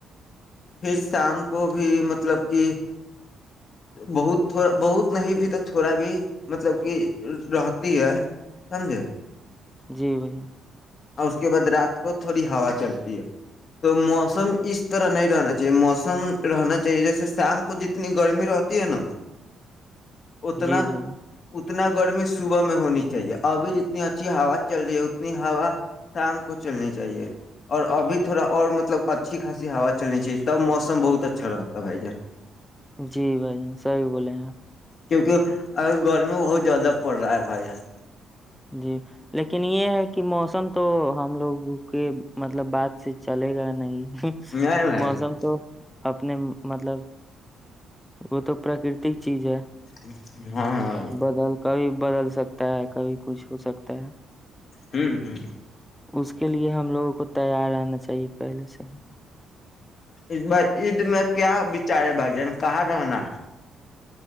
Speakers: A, on the left; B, in the centre.
A: پھر شام کو بھی مطلب کہ بہت تھوڑا بہت نہیں بھی تو تھوڑا بھی مطلب کہ رہتی ہے سمجھے
B: جی بھیا
A: اور اس کے بعد رات کو تھوڑی ہوا چلتی ہے تو موسم اس طرح نہیں رہنا چاہیے موسم رہنا چاہیے جیسے شام کو جتنی گرمی رہتی ہے نا اتنا
B: جی بھائی جان
A: اتنا گرمی صبح میں ہونی چاہیے ابھی جتنی اچھی ہوا چل رہی ہے اتنی ہوا شام کو چلنی چاہیے اور ابھی تھوڑا اور مطلب اچھی خاصی ہا چلنے چ تب موسم بہت اچھا رہتا ہے بھائی جان
B: جی بھائی جن صیح بولے ہیں آپ
A: کیونکہ ا گرمی بہت زیادہ پڑ رہا ہے بھائی یار
B: جی لیکن یہ ہے کہ موسم تو ہم لوگوں کے مطلب بعات سے چلے گا نہیں
A: نہیں بھائی
B: موسم
A: جان
B: تو اپنے مطلب وہ تو پراکرتک چیز ہے
A: ایک ہاں ہاں
B: بدل کبھی بدل سکتا ہے کبھی کچھ ہو سکتا ہے
A: ہوں ہوں
B: اس کے لیے ہم لوگوں کو تیار آنا چاہیے پہلے سے ہی
A: ہید بار عید میں کیا بچار ہے بھائی جان کہاں رہنا ہے